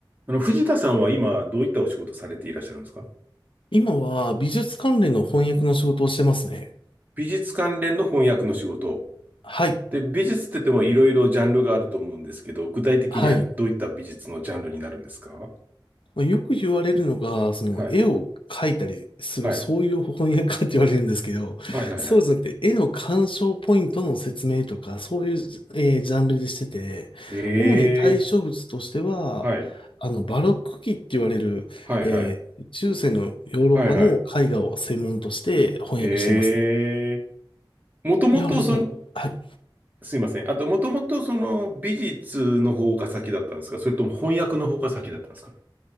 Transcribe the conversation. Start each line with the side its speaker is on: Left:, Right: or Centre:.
Right: あの、藤田さんは今、どういったお仕事されていらっしゃるんですか
Left: 今は美術関連の翻訳の仕事をしてますね。
Right: 美術関連の翻訳の仕事。
Left: はい。
Right: で、美術って言ってもいろいろジャンルがあると思うんですけど、具体的にはどういった美術のジャンルになるんですか
Left: はい。まあ、よく言われるのが、その絵を描いたりする、
Right: はい。はい。
Left: そういう翻訳家って言われるんですけど、
Right: はいはいはい。
Left: そうじゃなくて、絵の鑑賞ポイントの説明とか、そういう、えージャンルでしてて、
Right: ええ
Left: 主に対象物としては、
Right: はい。
Left: あの、バロック期って言われる、
Right: はいはい。
Left: えー中世のヨーロッパの絵画を専門として翻訳してますね。
Right: はいはい。ええもともとその、
Left: いや、あれそう。はい
Right: すいません。あと、もともとその美術の方が先だったんですかそれとも翻訳の方が先だったんですか